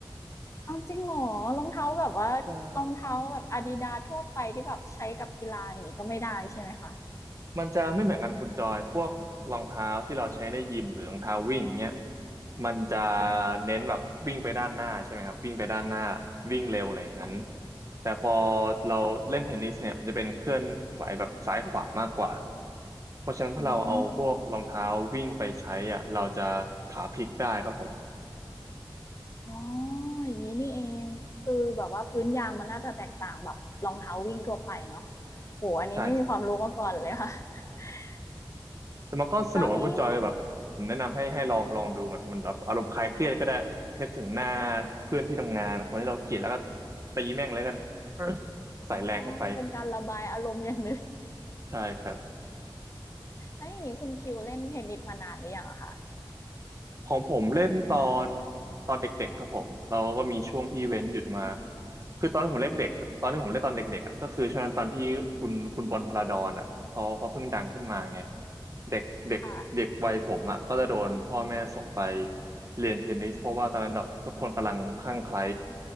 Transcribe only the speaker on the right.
ใช่ มันจะไม่เหมือนกันคุณจอยพวกรองเท้าที่เราใช้ในยิมหรือรองเท้าวิ่งเนี้ยมันจะเน้นแบบวิ่งไปด้านหน้าใช่ไหมครับวิ่งไปด้านหน้าวิ่งเร็วอะไรอย่างนั้นแต่พอเราเล่นเทนนิสเนี่ยมันจะเป็นเคลื่อนไหวแบบซ้ายขวามากกว่าเพราะฉะนั้นถ้าเราเอาพวกรองเท้าวิ่งไปใช้อ่ะเราจะขาพลิกได้ครับผม
ใช่
แต่มันก็สนุกนะคุณจอยแบบผมแนะนำให้ให้ลองลองดูมันมันแบบอารมณ์คลายเครียดก็ได้นึกถึงหน้า
เพื่อนที่ทำงานคนที่เราเกลียดแล้วก็ตีแม่งแล้วกัน <laughs> ใส่แรงเข้าไป
ใช่ครับ
ของผมเล่นตอนตอนเด็กๆครับผมเราก็มีช่วงที่เว้นหยุดมาคือตอนที่ผมเล่นเด็กตอนที่ผมเล่นตอนเด็กๆอะก็คือช่วงนั้นตอนที่คุณคุณบอลพลาดอนอ่ะเขาเขาเพิ่งดังขึ้นมาไงเด็กเด็กเด็กวัยผมอ่ะก็จะโดนพ่อแม่ส่งไป
เรียนเทนนิสเพราะว่าตอนนั้นแบบทุกคนกำลังคลั่งไคล้